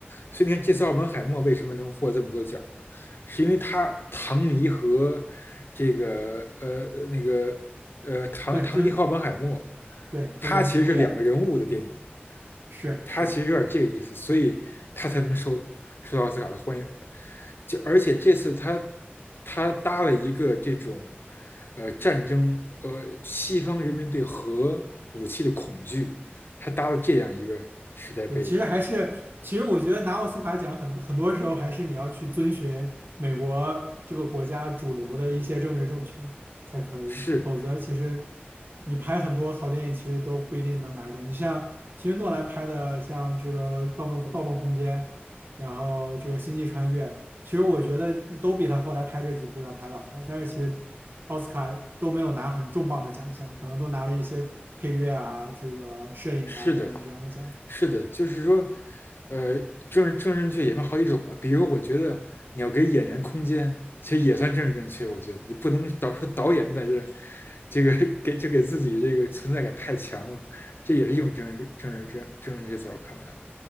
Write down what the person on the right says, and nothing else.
对，就对，和演主演
是是的。
对，其实还是，其实我觉得拿奥斯卡奖很很多时候还是你要去遵循美国这个国家主流的一些政治正确才可以，
否则其实你拍很多好电影其实都不一定能拿奖。你像其实诺兰拍的像这个《盗梦盗梦空间》，然后这个《星际穿越》，其实我觉得都比他后来拍这几部要拍的好，但是其实奥斯卡都没有拿很重磅的奖项，可能都拿了一些配乐啊、这个摄影啊等等这样的奖项。